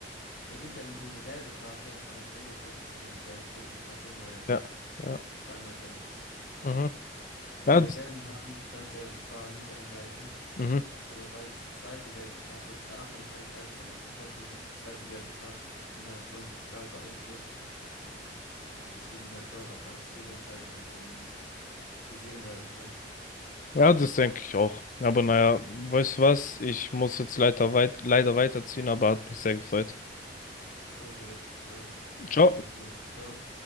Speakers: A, on the left (about 80°); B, on the left (about 50°).
A: Der gibt ja nur eine gelbe Karte, aber im Endeffekt ist es ja eine gelb-rote Karte, weil
B: Ja, ja.
A: zweimal gelb ist.
B: Mhm.
A: Also
B: Ja,
A: bei
B: das,
A: gelben Karten darf der VAR nicht angreifen,
B: Mhm.
A: aber weil es die zweite gelbe Karte ist, darf er nicht eingreifen, aber ich finde trotzdem, dass die zweite gelbe Karte das Spiel halt schon stark beeinflusst und deswegen halt schon auch als Fehlentscheidung ähm, gesehen werden kann.
B: ja, das denke ich auch. Aber naja, weißt du was? Ich muss jetzt leider weit, leider weiterziehen, aber hat mich sehr gefreut.
A: Okay, dann bis
B: Ciao.
A: zum nächsten Mal. Ciao.